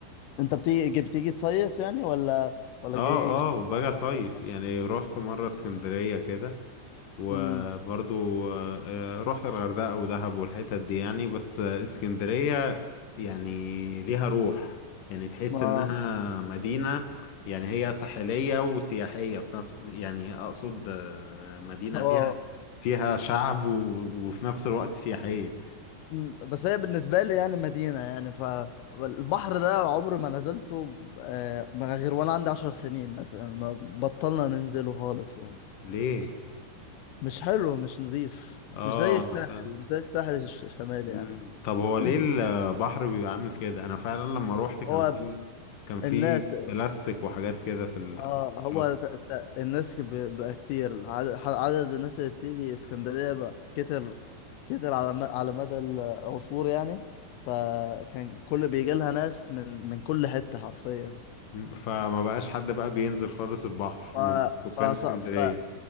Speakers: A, on the left; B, on the left.
A: أنت بتيجي جي- بتيجي تصيف يعني ولا ولا
B: اه
A: جاي شغلك
B: اه باجي صيف
A: ولا
B: يعني رحت مرة اسكندرية كده وبرضو
A: امم
B: آه، رحت الغردقة ودهب والحتت دي يعني بس آه، اسكندرية يعني ليها روح يعني تحس
A: ما
B: انها مدينة يعني هي ساحلية وسياحية في نفس يعني اقصد آه، مدينة
A: اه
B: فيها فيها شعب و- وفي نفس الوقت سياحية
A: مم. بس هي بالنسبة لي يعني مدينة يعني فالبحر ده عمري ما نزلته آه، ما غير وأنا عندي عشر سنين مثلا ما بطلنا ننزله خالص يعني
B: ليه؟
A: مش حلو مش نظيف
B: اه
A: مش زي الساحل
B: انا فاهم
A: مش زي الساحل الش- الشمالي
B: مم.
A: يعني
B: طب هو ليه
A: انزل
B: البحر بيبقى عامل كده انا فعلا لما روحت كان
A: هو
B: في كان في
A: الناس
B: بلاستيك وحاجات كده في ال-
A: اه
B: في
A: هو
B: الشاطئ
A: ت- ت- الناس ب- بقى كتير العدد- ح- عدد الناس اللي بتيجي اسكندرية بقى كتر كتر على م- على مدى العصور يعني فكان كل بيجي لها ناس من من كل حتة حرفيا
B: مم. فما بقاش حد بقى بينزل خالص البحر
A: ف
B: من سكان
A: ف
B: اسكندرية
A: ص- ف